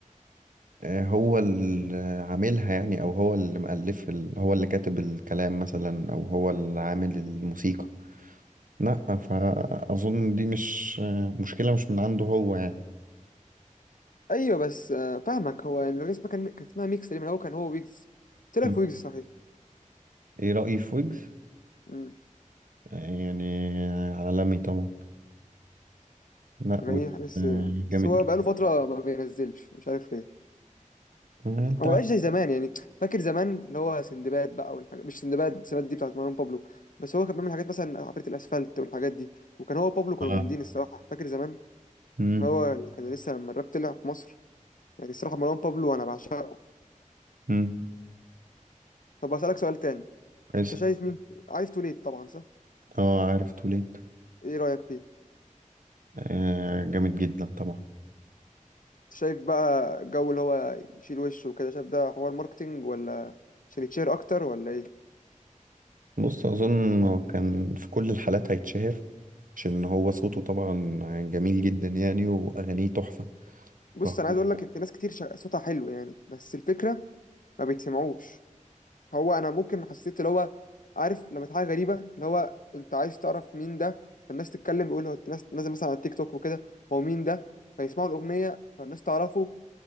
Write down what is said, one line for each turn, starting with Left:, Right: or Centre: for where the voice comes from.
Right: آه، هو اللي عاملها يعني أو هو اللي مؤلف ال- هو اللي كاتب الكلام مثلا أو هو اللي عامل الموسيقى لا فأظن دي مش آه، مشكلة مش من عنده هو يعني
Left: ايوه بس آه، فاهمك هو يعني الاغنيه اسمها كان كانت اسمها ميكس اللي هو كان هو ويجز طلع
Right: م.
Left: في ويجز صحيح
Right: إيه رأيي في ويجز؟
Left: أمم،
Right: آه، يعني عالمي طبعا لا
Left: غنيها
Right: ويجز
Left: بس
Right: آه،
Left: بس
Right: جامد
Left: هو
Right: جدا
Left: بقاله فتره ما بينزلش مش عارف ليه
Right: آه، أنت
Left: انا ما بقاش زي زمان يعني فاكر زمان اللي هو سندباد بقى والحاجات مش سندباد سندباد دي بتاعت مروان بابلو بس هو كان بيعمل حاجات مثلا عفريت الاسفلت والحاجات دي وكان هو بابلو كانوا
Right: آه.
Left: جامدين الصراحه فاكر زمان
Right: م-
Left: هو اللي كان لسه لما الراب طلع في مصر يعني الصراحه مروان بابلو انا بعشقه
Right: م.
Left: طب اسالك سؤال تاني
Right: اسأل
Left: انت شايف مين عارف توليت طبعا صح
Right: اه عارف توليت
Left: ايه رايك فيه
Right: آه، جامد جدا طبعا
Left: انت شايف بقى الجو اللي هو يشيل وشه وكده شايف ده حوار ماركتينج ولا عشان يتشير اكتر ولا ايه
Right: بص اظن هو كان في كل الحالات هيتشهر عشان هو صوته طبعا جميل جدا يعني واغانيه تحفه
Left: بص
Right: فهو
Left: انا عايز اقول لك في ناس كتير شا- صوتها حلو يعني بس الفكره ما بيتسمعوش هو انا ممكن حسيت اللي هو عارف لما حاجه غريبه اللي هو انت عايز تعرف مين ده فالناس تتكلم يقول هو الناس نازل مثلا على التيك توك وكده هو مين ده فيسمعوا الاغنيه فالناس تعرفه